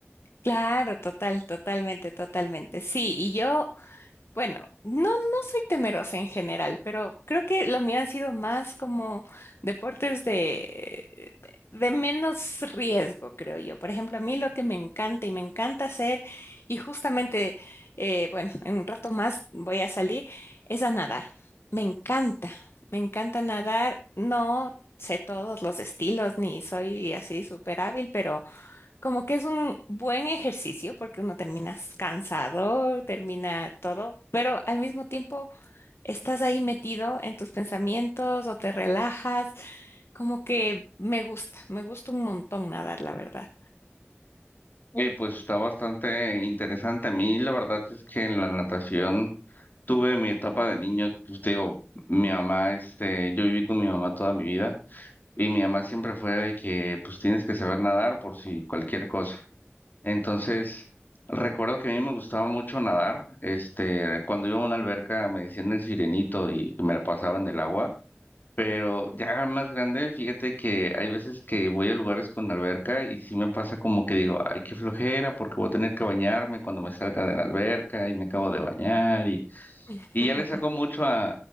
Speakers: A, on the left; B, on the left.
A: claro, total, totalmente, totalmente. Sí, y yo Bueno, no, no soy temerosa en general, pero creo que lo mío han sido más como deportes de, de menos riesgo, creo yo. Por ejemplo, a mí lo que me encanta y me encanta hacer, y justamente, eh, bueno, en un rato más voy a salir, es a nadar. Me encanta, me encanta nadar. No sé todos los estilos, ni soy así súper hábil, pero... Como que es un buen ejercicio porque uno termina cansado, termina todo, pero al mismo tiempo estás ahí metido en tus pensamientos o te relajas. Como que me gusta, me gusta un montón nadar, la verdad.
B: Eh, pues está bastante interesante. A mí la verdad es que en la natación tuve mi etapa de niño, pues, te digo, mi mamá, este, yo viví con mi mamá toda mi vida. Y mi mamá siempre fue de que, pues tienes que saber nadar por si cualquier cosa. Entonces, recuerdo que a mí me gustaba mucho nadar. Este, cuando iba a una alberca me decían el sirenito y me la pasaba en el agua. Pero ya más grande, fíjate que hay veces que voy a lugares con alberca y sí me pasa como que digo, ay, qué flojera, porque voy a tener que bañarme cuando me salga de la alberca y me acabo de bañar. Y,
A: <laughs>
B: y ya le saco mucho a,